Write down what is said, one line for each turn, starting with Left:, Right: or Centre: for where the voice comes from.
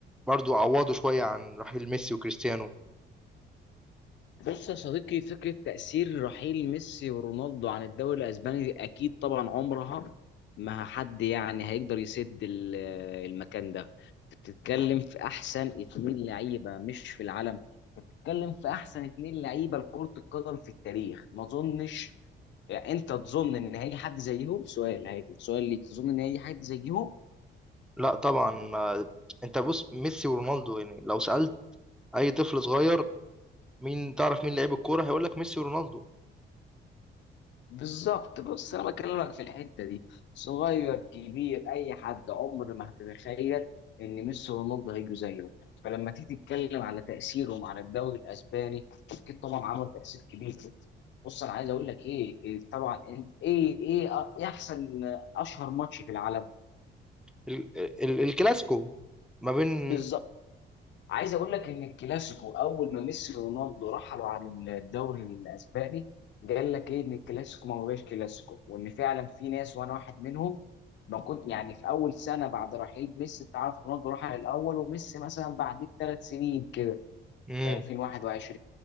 Centre: برضو عوضوا شوية عن رحيل ميسي وكريستيانو
Left: بص يا صديقي فكرة تأثير رحيل ميسي ورونالدو عن الدوري الأسباني أكيد طبعا عمرها ما حد يعني هيقدر يسد ال- المكان ده بتتكلم في أحسن اتنين لعيبة مش في العالم بتتكلم في أحسن اتنين لعيبة لكرة القدم في التاريخ ما أظنش يعني أنت تظن إن هيجي حد زيهم سؤال هيجي سؤال ليك تظن إن هيجي حد زيهم
Centre: لا طبعا آه، انت بص ميسي ورونالدو يعني لو سألت اي طفل صغير مين تعرف مين لعيب الكورة هيقول لك ميسي ورونالدو
Left: بالظبط بص انا بكلمك في الحته دي صغير كبير اي حد عمر ما هتتخيل ان ميسي ورونالدو هيجوا زيه فلما تيجي تتكلم على تاثيرهم على الدوري الاسباني اكيد طبعا عمل تاثير كبير بص انا عايز اقول لك ايه إيه طبعا انت ايه ايه أ- إيه احسن اشهر ماتش في العالم
Centre: ال ال الكلاسيكو ما بين
Left: بالظبط. عايز اقول لك ان الكلاسيكو اول ما ميسي ورونالدو رحلوا عن الدوري الاسباني قال لك ايه ان الكلاسيكو ما بقاش كلاسيكو وان فعلا في ناس وانا واحد منهم ما كنت يعني في اول سنه بعد رحيل ميسي انت عارف رونالدو راح الاول وميسي مثلا بعد بثلاث سنين كده
Centre: مم.
Left: في 2021